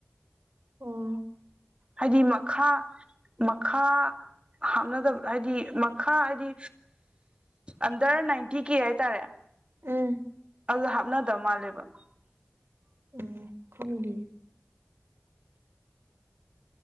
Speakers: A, on the right; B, on the right.
A: ꯑꯣ
B: ꯍꯥꯏꯗꯤ ꯃꯈꯥ ꯃꯈꯥ ꯍꯥꯞꯅꯗꯕ ꯍꯥꯏꯗꯤ ꯃꯈꯥ ꯍꯥꯏꯗꯤ ꯑꯟꯗꯔ ꯅꯥꯏꯟꯇꯤ ꯀꯦ ꯍꯥꯏꯇꯥꯔꯦ
A: ꯎꯝ
B: ꯑꯗꯨ ꯍꯥꯞꯅꯗꯕꯧ ꯃꯥꯜꯂꯦꯕ
A: ꯑ ꯈꯪꯂꯤ